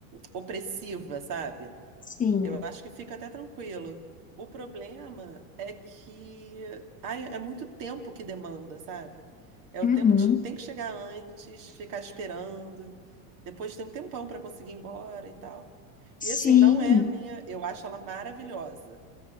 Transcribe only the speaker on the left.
Sim.
Uhum.
Sim.